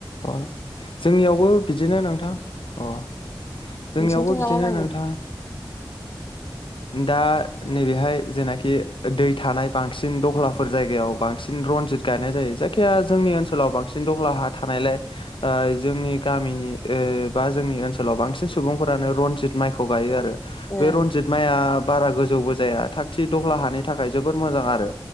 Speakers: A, on the left; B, on the left.
A: अ जोंनियावबो बिदिनो नोंथां अ जोंनियावबो
B: नोंसिनिथिं
A: बिदिनो
B: मा मा माइ
A: नोंथां।
B: गायो?
A: दा नैबेहाय जेनाखि दै थानाय बांसिन दलहाफोर जायगायाव बांसिन रनजित गायनाय जायो। जायखिया जोंनि ओनसोलाव बांसिन दहला हा थानायलाय ओ-जोंनि गामिनि ओ-बा जोंनि ओनसोलाव बांसिन सुबुंफोरानो रनजित माइखौ गायो आरो।
B: ए
A: बे रनजिद माया। बारा गोजौबो जाया थाख थिख दलहा हानि थाखाय जोबोद मोजां आरो।